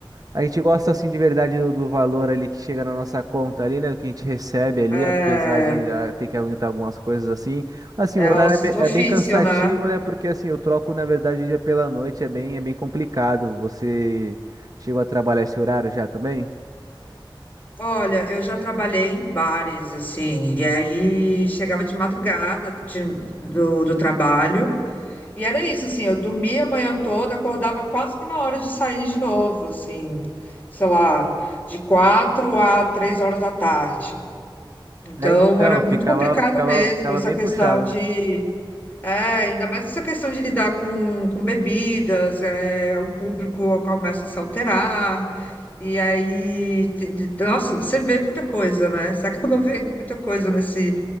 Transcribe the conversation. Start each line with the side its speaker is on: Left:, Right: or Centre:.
Right: a gente gosta, assim, de verdade do, do valor ali que chega na nossa conta ali, né, do que a gente recebe ali,
Left: É,
Right: apesar de já ter que aguentar algumas coisas assim, assim,
Left: é
Right: o horário
Left: ossos
Right: é bem,
Left: do
Right: é
Left: ofício,
Right: bem cansativo,
Left: né?
Right: né, porque, assim, eu troco, na verdade, o dia pela noite, é bem, é bem complicado, você chegou a trabalhar esse horário já também?
Left: Olha, eu já trabalhei em bares, assim, e aí chegava de madrugada de- do, do trabalho. E era isso, assim, eu dormia a manhã toda, acordava quase que na hora de sair de novo, assim, sei lá, de quatro a três horas da tarde. Então,
Right: É, então,
Left: era muito
Right: ficava,
Left: complicado
Right: ficava,
Left: mesmo
Right: ficava
Left: essa
Right: bem
Left: questão
Right: puxado,
Left: de,
Right: né?
Left: é, ainda mais essa questão de lidar com, com bebidas, é, o público começa a se alterar, e aí, tem- tem- nossa, você vê muita coisa, né? Você acaba <laughs> vendo muita coisa nesse,